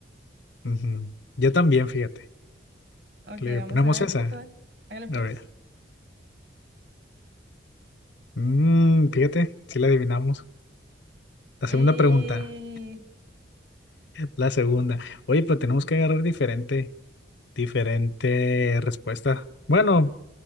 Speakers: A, on the left (about 70°); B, on the right (about 65°).
A: Ujú. Yo también, fíjate.
B: Ok,
A: ¿Le
B: vamos
A: ponemos
B: a ver
A: esa?
B: qué tal. Hágale pues.
A: A ver. Mm, fíjate, sí la adivinamos. La segunda
B: Eh,
A: pregunta, la segunda. Oye, pero tenemos que agarrar diferente, diferente respuesta. Bueno,